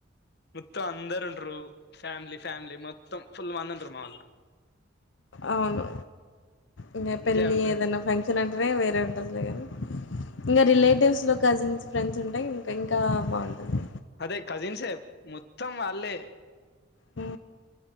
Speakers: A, on the left; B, on the left.
A: మొత్తం అంద్ అందరు ఉంటరు ఫ్యామిలీ ఫ్యామిలీ మొత్తం ఫుల్ మంద ఉంటరు మావోళ్ళు
B: అవును ఇంకా
A: ఎంజాయ్
B: పెళ్ళి
A: ఉంటది
B: ఏదైనా ఫంక్షన్ అంటేనే వేరే ఉంటదిలే గానీ ఇంకా రిలేటివ్స్లో
A: మ్మ్
B: కజిన్స్ ఫ్రెండ్స్ ఉంటే ఇంకా బాగుంటుంది
A: అదే కజిన్సే మొత్తం వాళ్ళే
B: ఊ